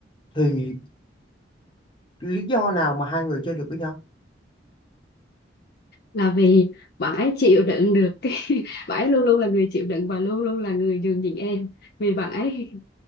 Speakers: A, on the left (about 25°); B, on the left (about 55°).
A: thì lý do nào mà hai người chơi được với nhau
B: là vì bạn ấy chịu đựng được cái <laughs> bạn ấy luôn luôn là người chịu đựng và luôn luôn là người nhường nhịn em vì bạn ấy